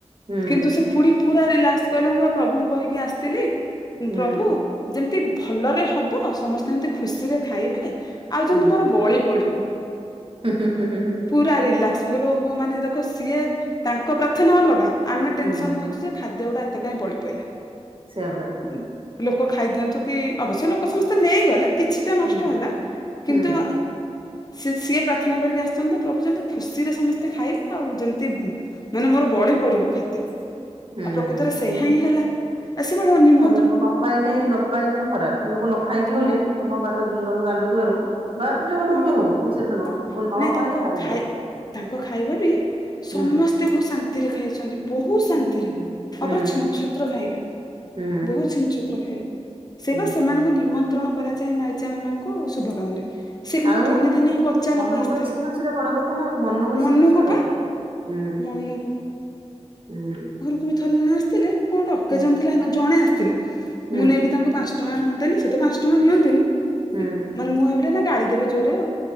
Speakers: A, on the right (about 50°); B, on the left (about 35°).
A: ହୁଁ
B: କିନ୍ତୁ ସେ ଖୁଡି ପୁରା ରିଲାକ୍ସ, କହିଲେ ମୁଁ ବା ପ୍ରଭୁଙ୍କୁ କହିକି ଆସିଥିଲି।
A: ହୁଁ
B: ପ୍ରଭୁ ଯେମିତି ଭଲରେ ହବ, ସମସ୍ତେ ଏମିତି ଖୁସିରେ ଖାଇବେ। ଆଉ ଯେମିତି
A: ହୁଁ
B: ମୋର ବଳି ପଡିବ।
A: ହୁଁ ହୁଁ ହୁଁ ହୁଁ ହୁଁ ଉଁ
B: ପୁରା ରିଲାକ୍ସ, ମୁ କହିଲ ଓ ହୋ ମାନେ ଦେଖ ସିଏ ତାଙ୍କ ପ୍ରାର୍ଥନା ଅଲଗା। ଆମେ ଟେନସନ୍
A: ହୁଁ
B: ହେଉଛୁ ଯେ ଖାଦ୍ୟ ଉଡା ଏତେ କାହିଁ ବଳି ପଇଲା।
A: ସେଆପରା
B: ଉୁଁ ଲୋକ ଖାଇଦିଅନ୍ତୁ କି ଅବଶ୍ୟ ଲୋକ ସମସ୍ତେ ନେଇଗଲେ କିଛିଟା ନଷ୍ଟ
A: ହୁଁ
B: ହେଲା
A: ହୁଁ
B: କିନ୍ତୁ ଉ ସେ ସିଏ ପ୍ରାର୍ଥନା କରିକି ଆସୁଛନ୍ତି ପ୍ରଭୁ ଯେମିତି ଖୁସିରେ ସମସ୍ତେ ଖାଇବା ଆଉ ଯେମିତି ମାନେ ମୋର ବଳି ପଡିବ ଖାଦ୍ୟ ଆଉ
A: ହୁଁ।
B: ପ୍ରକୃତରେ ସେଇ ଆ ହିଁ ହେଲା ଆ ସେଆଡ ନି ମ <inaudible>
A: ଲୋକ ନ ପାଇଲେ ନ ପାଇଲେ ଖରାପ ଲୋକ ନ ଖାଇକି ଗଲେ
B: ମୁଁ
A: ତମ ବାଟ ତମ ଦାଣ୍ଡ ଦୁଆରୁ ବା ଯୋଉଠୁ
B: ହଁ
A: ବି ହଉ
B: ହଁ
A: ରିସେସ୍ପନ୍ ହଉ
B: ହଁ
A: ଲୋକ ନ
B: ନାଇଁ
A: ପାଇଲେ
B: ତାଙ୍କ
A: ଭାରି
B: ଖାଇ
A: ଇଏ।
B: ତାଙ୍କ ଖାଇବା ବି ସମସ୍ତେ
A: ହୁଁ
B: ବହୁତ୍ ଶାନ୍ତିରେ ଖାଇ ଛନ୍ତି ବହୁତ୍
A: ହୁଁ
B: ଶାନ୍ତିରେ ଆଉ
A: ହୁଁ ହୁଁ
B: ପୁରା ଛିନ୍ ଛତ୍ ତ୍ର ଖାଇବା
A: ହୁଁ
B: ବହୁ ଛିନ୍ ଛତ୍ର ଖାଇବା ସେଇ
A: ହୁଁ
B: ବା ସେମାନଙ୍କୁ ନିମନ୍ତ୍ରଣ କରାଯାଏ ମାଇ ପୂଜା ମାନଙ୍କୁ ଶୁଭ କାମରେ ସେ କିନ୍ତୁ
A: ଆଉ
B: ତିନି ଦିନି ହି ଅଚାନକ
A: ମନକୁ
B: ଆସିଥିଲେ
A: ଆସିନି ମାନେ ସେଇଟା ବଡ କଥା ନା ଆଉ ମନକୁ ଆସିନି
B: ମନୁକୁ
A: ମାନେ ସେଇଟା ବଡ
B: ବା।
A: କଥା। ହୁଁ
B: ମନକୁ।
A: ହୁଁ।
B: ମେ ଥରେ ଜଣେ ଆସିଥିଲେ କଣ ଗଟେ ଅକେଜନ୍
A: ହୁଁ
B: ଥିଲା ସେଦିନ ଜଣେ ଆସିଥିଲେ।
A: ହୁଁ
B: ମୁଁ ନେଇକି ତାଙ୍କୁ ପାଞ୍ଚ ଟଙ୍କା ଦେଲି ସେ ତ ପାଞ୍ଚ ଟଙ୍କା ନିଅନ୍ତିନି
A: ହୁଁ
B: ମାନେ ମୁଁ ଭାବିଲି ଏଇଟା ଗାଳି ଦେବେ ଜୋରେ ଆଉ